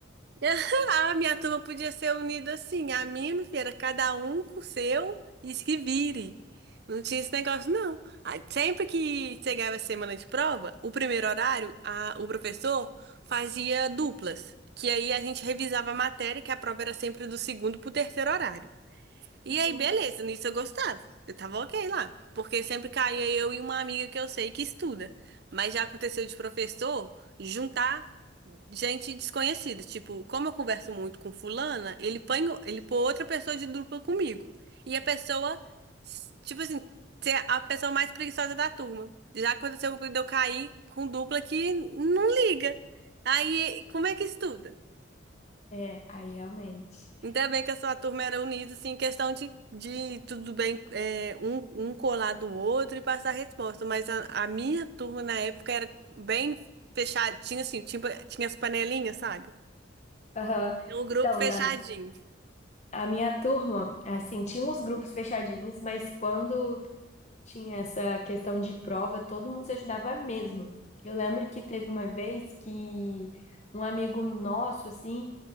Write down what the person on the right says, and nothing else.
<laughs> A minha turma podia ser unida assim. A minha, minha filha, era cada um com o seu e se vire. Não tinha esse negócio, não. Ah, Sempre que chegava a semana de prova, o primeiro horário, a- o professor fazia duplas. Que aí a gente revisava a matéria, que a prova era sempre do segundo pro terceiro horário. E
aí, beleza, nisso eu gostava. Eu tava ok lá. Porque sempre caía eu e uma amiga que eu sei que estuda. Mas já aconteceu de professor juntar gente desconhecida. Tipo, como eu converso muito com fulana, ele põe, ele põe outra pessoa de dupla comigo. E a pessoa, tipo assim, ser a pessoa mais preguiçosa da turma. Já aconteceu de eu cair com dupla que não liga. Aí, como é que estuda?
Ainda bem que a sua turma era unida, assim, em questão de, de tudo bem, é, um, um colar do outro e passar a resposta. Mas a, a minha turma na época era bem fechadinha, assim, tinha, tinha as panelinhas, sabe?
Era Um grupo
fechadinho.